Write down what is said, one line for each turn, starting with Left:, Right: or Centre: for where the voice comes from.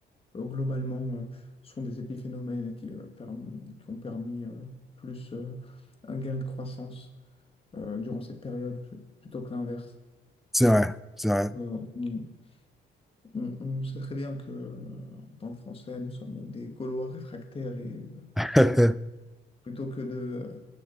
Left: euh, globalement euh, sont des épiphénomènes et qui, euh, perm- qui ont permis euh, plus euh, un gain de croissance euh, durant cette période pl- plutôt que l'inverse.
Centre: c'est vrai, c'est vrai.
Left: Euh, on, on- on sait très bien que, euh, en tant que Français, nous sommes des Gaulois réfractaires et euh,
Centre: <laughs>
Left: plutôt que de,